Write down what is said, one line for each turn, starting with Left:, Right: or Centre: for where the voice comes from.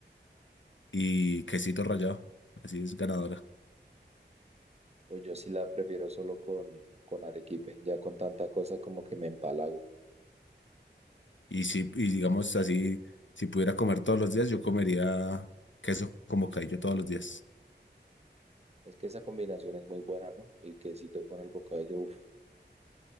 Left: y quesito rallado. Así es ganadora.
Right: Pues yo sí la prefiero solo con, con arequipe, ya con tanta cosa como que me empalago.
Left: Y si, y digamos así, si pudiera comer todos los días, yo comería queso con bocadillo todos los días.
Right: Es que esa combinación es muy buena, ¿no? El quesito con el bocadillo, uff.